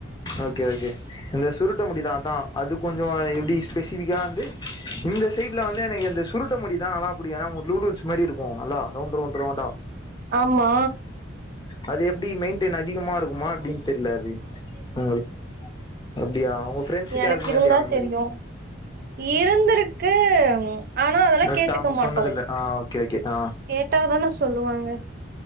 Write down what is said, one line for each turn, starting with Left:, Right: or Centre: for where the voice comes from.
Left: ஓகே ஓகே இந்த சுருட்ட முடிதான் அதான் அது கொஞ்சோ எப்டி ஸ்பெசிஃபிக்கா வந்து இந்த சைட்ல வந்து எனக்கு இந்த சுருட்ட முடிதான் நல்லா புடிக்கு ஏனா நூடூல்ஸ் மாரி இருக்கு நல்லா ரவுண்ட் ரவுண்ட் ரவுண்டா
Right: ஆமா
Left: அது எப்டி மெயின்டெய்ன் அதிகமா இருக்குமா எப்டின் தெரில அது உங்குள் அப்டியா உங்க ஃப்ரெண்ட்ஸுக்கு
Right: எனக்கு
Left: யாருக்குமே
Right: இருந்தா
Left: இல்லையா அந்த மாரி
Right: தெரியு இருந்திருக்கு ஆனா அதெல்லா
Left: பட்
Right: கேட்டுக்க
Left: அவங்க
Right: மாட்டோ
Left: சொன்னதில்ல ஆ ஓகே ஓகே ஆ
Right: கேட்டாதான சொல்லுவாங்க